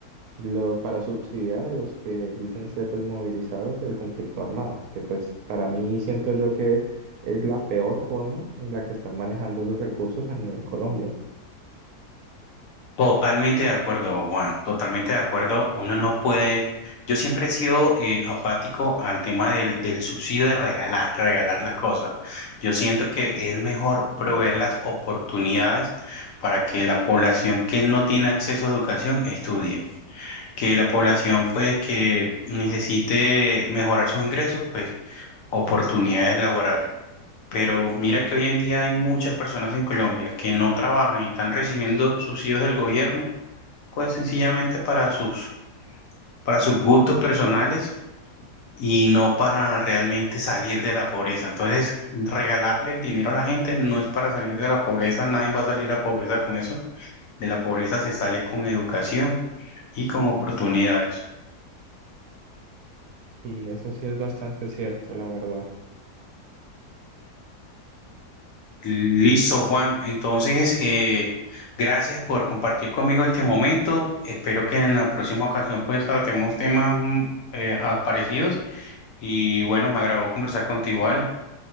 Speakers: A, on the right; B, on the left.
A: lo- para subsidiar a los que dicen ser desmovilizados del conflicto armado, que pues para mí siento yo que es la peor forma en la que están manejando los recursos a nivel Colombia.
B: Totalmente de acuerdo, Juan, totalmente de acuerdo. Uno no puede, yo siempre he sido eh, apático al tema del, del subsidio de regalar, regalar las cosas. Yo siento que es mejor proveer las oportunidades para que la población que no tiene acceso a educación estudie, que la población pues que necesite mejorar sus ingresos, pues oportunidades laborales. Pero mira que hoy en día hay muchas personas en Colombia que no trabajan y están recibiendo subsidios del gobierno pues sencillamente para sus, para sus gustos personales y no para realmente salir de la pobreza. Entonces, regalarle el dinero a la gente no es para salir de la pobreza, nadie va a salir a pobreza con eso. De la pobreza se sale con educación y con oportunidades.
A: Y eso sí es bastante cierto, la verdad.
B: Listo, Juan. Entonces, eh, gracias por compartir conmigo este momento. Espero que en la próxima ocasión pues tratemos temas mm, eh, ah, parecidos y bueno, me agradó conversar contigo, ¿vale?